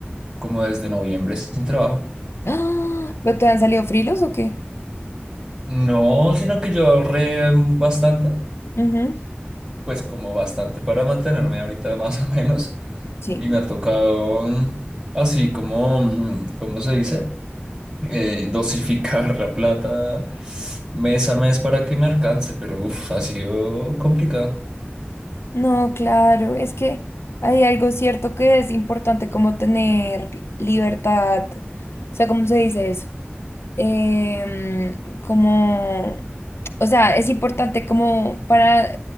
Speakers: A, on the right; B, on the left.
A: como desde noviembre sin trabajo.
B: ¡Ah! ¿Pero te han salido frilos o qué?
A: No, sino que yo ahorré bastante,
B: Ujú,
A: pues como bastante para mantenerme ahorita <laughs> más o menos.
B: Sí.
A: Y me ha tocado mm, así como, mm, ¿cómo se dice? eh, dosificar la plata mes a mes para que me alcance, pero uff, ha sido complicado.
B: No, claro, es que hay algo cierto que es importante como tener libertad, o sea, ¿cómo se dice eso? Em, como, o sea, es importante como para,